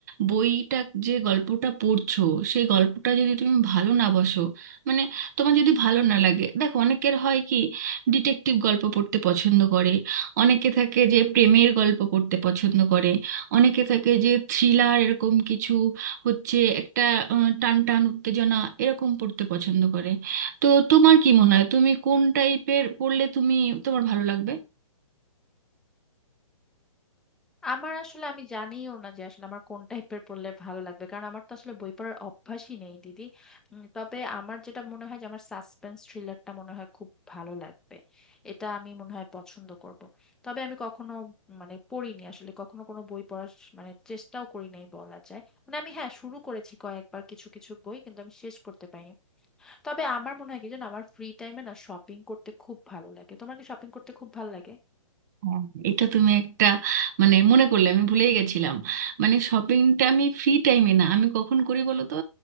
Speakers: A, on the right (about 30°); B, in the centre.
A: বইটা যে গল্পটা পড়ছো সেই গল্পটা যদি তুমি ভালো না বসো মানে তোমার যদি ভালো না লাগে দেখো অনেকের হয় কি ডিটেকটিভ গল্প পড়তে পছন্দ করে অনেকে থাকে যে প্রেমের গল্প পড়তে পছন্দ করে অনেকে থাকে যে থ্রিলার এরকম কিছু হচ্ছে একটা আহ, টান টান উত্তেজনা এরকম পড়তে পছন্দ করে তো তোমার কি মনে হয় তুমি কোন টাইপের পড়লে তুমি তোমার ভালো লাগবে
B: আমার আসলে আমি জানিও না যে আসলে আমার কোন টাইপের পড়লে ভালো লাগবে কারণ আমার তো আসলে বই পড়ার অভ্যাসই নেই দিদি উম, তবে আমার যেটা মনে হয় যে আমার সাসপেন্স থ্রিলারটা মনে হয় খুব ভালো লাগবে এটা আমি মনে হয় পছন্দ করব তবে আমি কখনো মানে পড়িনি আসলে কখনো কোনো বই পড়ার স- মানে চেষ্টাও করি নাই বলা যায় মানে আমি হ্যাঁ শুরু করেছি কয়েকবার কিছু কিছু বই কিন্তু আমি শেষ করতে পারিনি তবে আমার মনে হয় কি জানো আমার ফ্রি টাইমে না শপিং করতে খুব ভালো লাগে তোমার কি শপিং করতে খুব ভালো লাগে
A: হ্যাঁ, এটা তুমি একটা মানে মনে করলে আমি ভুলেই গেছিলাম মানে শপিংটা আমি ফ্রি টাইমে না আমি কখন করি বলো তো